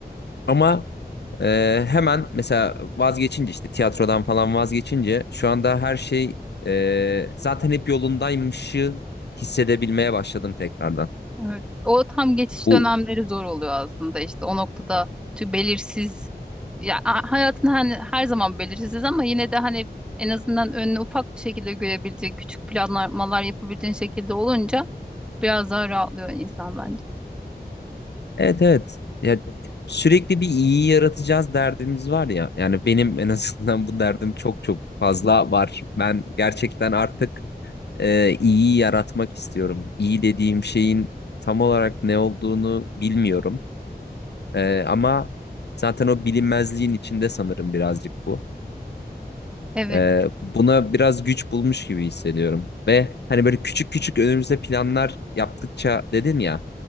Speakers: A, on the left (about 80°); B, in the centre.
A: Ama e, hemen mesela vazgeçince işte tiyatrodan falan vazgeçince şu anda her şey e, zaten hep yolundaymışı hissedebilmeye başladım tekrardan.
B: evet. O tam geçiş
A: Bu
B: dönemleri zor oluyor aslında işte o noktada tü belirsiz ya a- hayatın hani her zaman belirsiz ama yine de hani en azından önünü ufak bir şekilde görebildiğin küçük planlamalar yapabildiğin şekilde olunca biraz daha rahatlıyor insan bence.
A: evet evet ya sürekli bir iyi yaratacağız derdimiz var ya. Yani benim en azından bu derdim çok çok fazla var. Ben gerçekten artık e, iyiyi yaratmak istiyorum. İyi dediğim şeyin tam olarak ne olduğunu bilmiyorum. Ee, ama zaten o bilinmezliğin içinde sanırım birazcık bu.
B: Evet,
A: Ee, buna biraz güç bulmuş gibi hissediyorum. Ve hani böyle küçük küçük önümüzde planlar yaptıkça dedin ya.